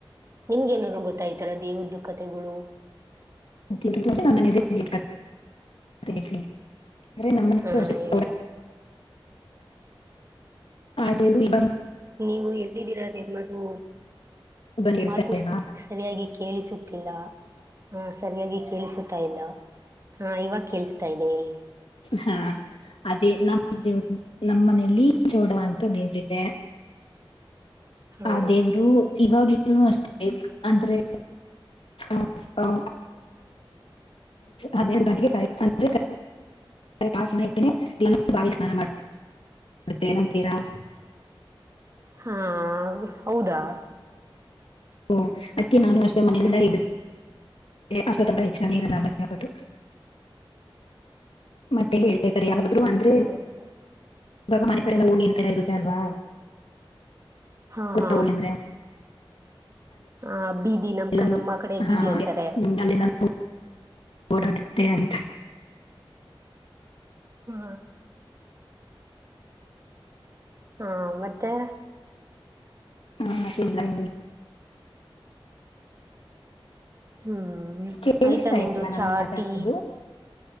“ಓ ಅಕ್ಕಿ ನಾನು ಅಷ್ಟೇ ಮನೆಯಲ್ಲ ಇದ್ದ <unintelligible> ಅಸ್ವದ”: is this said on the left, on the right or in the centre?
Left